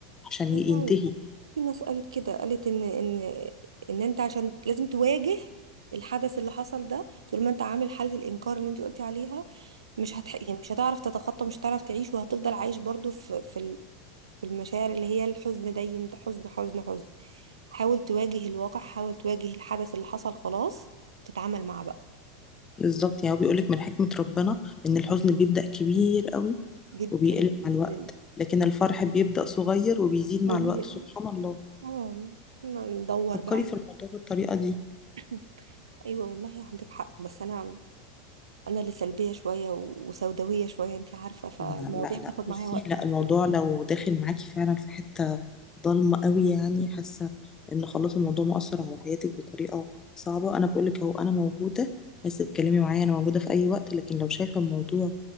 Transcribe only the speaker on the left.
عشان
ي- ينتهي
بالظبط يعني هو بيقولك من حكمة ربنا إن الحزن بيبدأ كبير قوي
وبيقل
مع الوقت لكن الفرح بيبدأ صغير وبيزيد مع
الوقت سبحان الله
فكري
في الموضوع بالطريقة دي
لا لا لا
بصي
لا
الموضوع لو داخل معاكي فعلا في حتة ضلمة قوي يعني حاسة إن خلاص الموضوع مؤثر على حياتك بطريقة صعبة أنا بقولك أهو أنا موجودة عايزة تتكلمي معايا أنا موجودة في أي وقت لكن لو شايفة الموضوع